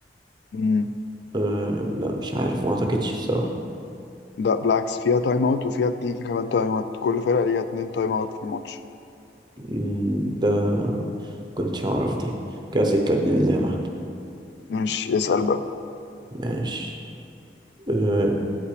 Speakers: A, on the left; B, on the right.
A: مم.
B: أه لا مش عارف ما اعتقدش الصراحة
A: لا بالعكس فيها تايم أوت وفيها اتنين كمان تايم أوت كل فرقة ليها اتنين تايم أوت في الماتش
B: مم، ده كنتش اعرف دي كده ستة اتنين زي ما احنا
A: ماشي اسأل بقى
B: ماشي أه